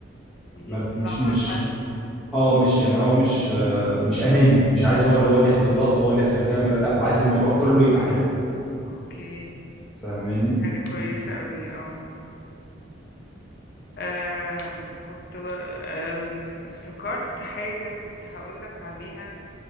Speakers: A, on the left; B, in the centre.
A: يطلّع
B: ما مش
A: مع
B: مش
A: حد؟
B: اه مش يعني هو مش آه، مش اناني مش عايز هو اللي هو اللي ياخد اللقطه هو اللي ياخد الكاميرا لا هو عايز الموضوع كله يبقى حلو
A: أوكي،
B: فاهماني
A: حاجة كويسة أوي آه. آمم كنت آمم افتكرت حاجة كنت هاقول لك عليها،